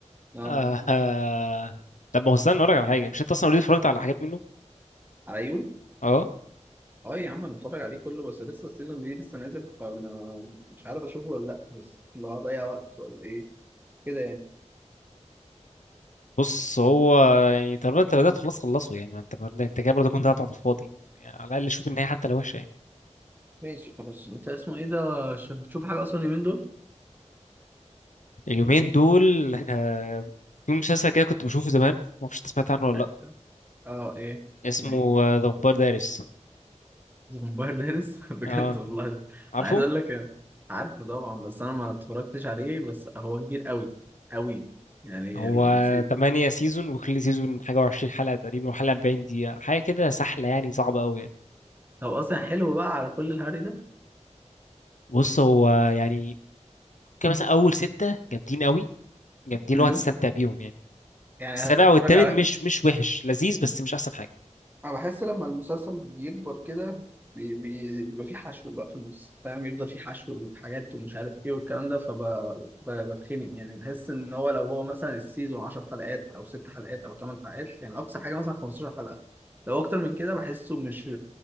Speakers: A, on the right; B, on the left.
A: اه
B: آه آه. طب ما هو استنى اقول لك على حاجه مش انت اصلا اوريدي اتفرجت على حاجات منه
A: على يو
B: اه
A: اه يا عم انا بتفرج عليه كله بس لسه السيزون جديد لسه نازل فانا مش عارف اشوفه ولا لا بس اللي هو هضيع وقت ولا ايه كده يعني
B: بص هو يعني طالما انت بدات خلاص خلصه يعني ما انت برضه انت كده برضه كنت قاعد على الفاضي يعني على الاقل شوف النهايه حتى لو وحشه يعني
A: ماشي خلاص انت اسمه ايه ده عشان بتشوف حاجة اصلا اليومين دول
B: اليومين دول آه في مسلسل كده كنت بشوفه زمان ما اعرفش انت سمعت عنه ولا
A: أيوة.
B: لا
A: اه ايه
B: اسمه
A: اسمه ايه
B: ذا فامباير دايريس
A: ذا فامباير دايرس <laughs> بجد
B: اه
A: والله ده.
B: عارفه
A: انا عايز اقول لك آه، عارفه طبعا بس انا ما اتفرجتش عليه بس هو كبير قوي قوي يعني
B: هو
A: ال-
B: تمانية سيزون وكل سيزون حاجة وعشرين حلقة تقريبا وحلقة أربعين دقيقة حاجة كده سحلة يعني صعبة أوي يعني
A: هو اصلا حلو بقى على كل الهري ده
B: بص هو يعني ممكن مثلا أول ستة جامدين أوي جامدين اللي
A: امم
B: هو هتستمتع بيهم يعني
A: يعني
B: السابع
A: هتتفرج
B: والثامن
A: على
B: مش مش وحش لذيذ بس مش أحسن حاجة
A: انا بحس لما المسلسل بيكبر كده بي- بي- بيبقى فيه حشو بقى في النص فاهم يفضل فيه حشو وحاجات ومش عارف ايه والكلام ده فبتخنق يعني بحس ان هو لو هو مثلا السيزون 10 حلقات او 6 حلقات او 8 حلقات يعني اقصى حاجه مثلا 15 حلقه لو اكتر من كده بحسه مش